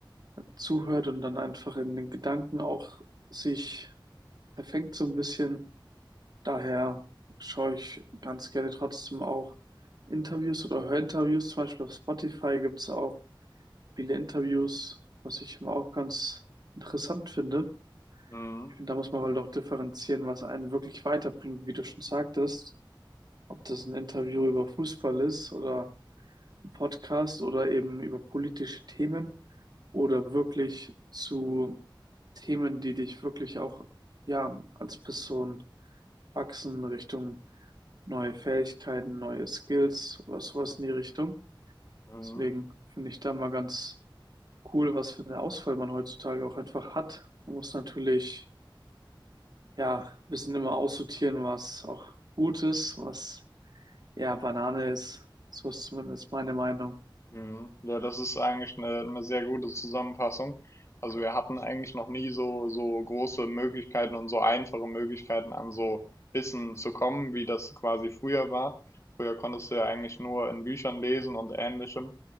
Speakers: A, on the right; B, on the left.
A: zuhört und dann einfach in den Gedanken auch sich verfängt so ein bisschen. Daher schaue ich ganz gerne trotzdem auch Interviews oder höre Interviews. Zum Beispiel auf Spotify gibt es auch viele Interviews, was ich immer auch ganz interessant finde.
B: Mhm.
A: Da muss man halt auch differenzieren, was einen wirklich weiterbringt, wie du schon sagtest. Ob das ein Interview über Fußball ist oder ein Podcast oder eben über politische Themen oder wirklich zu Themen, die dich wirklich auch, ja, als Person wachsen Richtung neue Fähigkeiten, neue Skills oder sowas in die Richtung.
B: Mhm.
A: Deswegen finde ich da mal ganz cool, was für eine Auswahl man heutzutage auch einfach hat. Man muss natürlich ja, müssen immer aussortieren, was auch gut ist, was eher Banane ist. So ist zumindest meine Meinung.
B: Mhm. Ja, das ist eigentlich eine, eine sehr gute Zusammenfassung. Also wir hatten eigentlich noch nie so, so große Möglichkeiten und so einfache Möglichkeiten an so Wissen zu kommen, wie das quasi früher war. Früher konntest du ja eigentlich nur in Büchern lesen und ähnlichem.